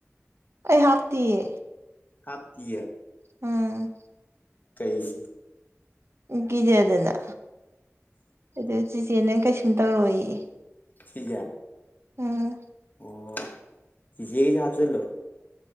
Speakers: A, on the right (about 55°); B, on the left (about 35°).
A: ꯑꯩ ꯍꯥꯞꯇꯤꯌꯦ
B: ꯍꯥꯞꯇꯤ
A: ꯎꯝ
B: ꯀꯩꯁꯤ
A: ꯀꯤꯖꯗꯅ ꯑꯗꯨ ꯆꯦꯆꯦ ꯅ ꯀꯩꯁꯨꯝ ꯇꯧꯔꯣꯏꯌꯦ
B: ꯁꯤꯖꯦ
A: ꯎꯝ
B: ꯑꯣ ꯆꯤꯖꯦꯒꯤꯁꯨ ꯍꯥꯞꯆꯜꯂꯣ